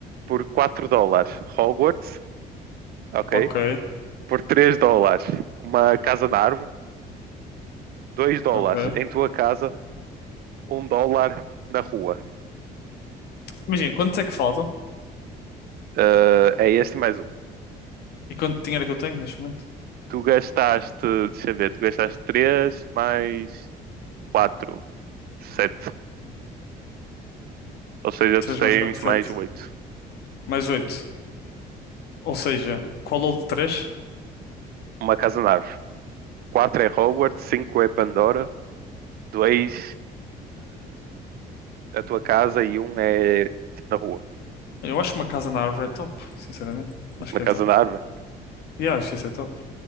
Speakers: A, on the right; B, on the left.
A: Por 4 dólares Hogwarts, ok?
B: Ok,
A: Por 3 dólares uma casa na árvore, 2 dólares
B: ok.
A: em tua casa, um dólar na rua.
B: Imagina, quantos é que faltam?
A: Ah, é este mais um.
B: E quanto dinheiro é que eu tenho neste momento?
A: Tu gastaste, deixa eu ver, tu gastaste 3 mais 4, 7. Ou seja,
B: 3,
A: tu tens
B: mais 4, 7,
A: mais 8.
B: Mais 8. Ou seja, qual ou de três?
A: Uma casa na árvore. 4 é Hogwarts, 5 é Pandora, 2 a tua casa e um é tipo, na rua.
B: Eu acho que uma casa na árvore é top, sinceramente. Acho
A: Uma
B: que
A: casa
B: é top.
A: na árvore.
B: Yeah, acho que isso é top.